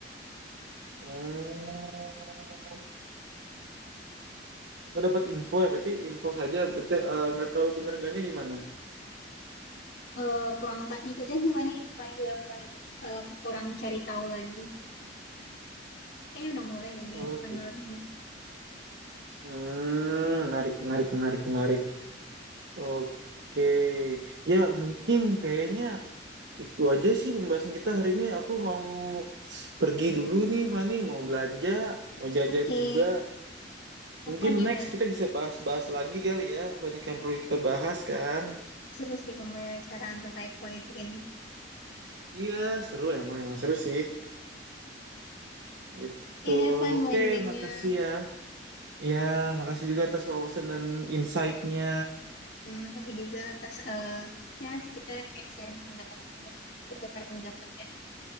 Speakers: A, on the right (about 70°); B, on the left (about 65°).
A: Oh, lo dapat info ya? Berarti info saja. Berarti eh, nggak tahu bener enggaknya gimana?
B: Eh, kurang tak ikutin sih Fani, Fani juga kurang ikut, eh, kurang cari tahu lagi Kayaknya udah mulai deh di
A: Oh
B: pekan
A: gitu.
B: baru ini.
A: Hmm, menarik, menarik, menarik, menarik. Oke, ya mungkin kayaknya itu aja sih pembahasan kita hari ini. Aku mau pergi dulu nih, Fani. Mau belanja, mau jajan
B: Oke,
A: juga.
B: have
A: Mungkin
B: fun ya
A: next
B: belanja.
A: kita bisa bahas-bahas lagi kali ya. Banyak yang perlu kita bahas kan.
B: Seru sih pembicaraan terkait politik ini.
A: Iya, seru emang. Emang seru sih. Gitu.
B: Oke, have fun
A: Oke,
B: belanjanya.
A: makasih ya. Ya, makasih juga atas wawasan dan insight-nya.
B: Hmm, makasih juga atas eh ya kita kayak sharing pendapat gitu lah. Bertukar pendapat ya.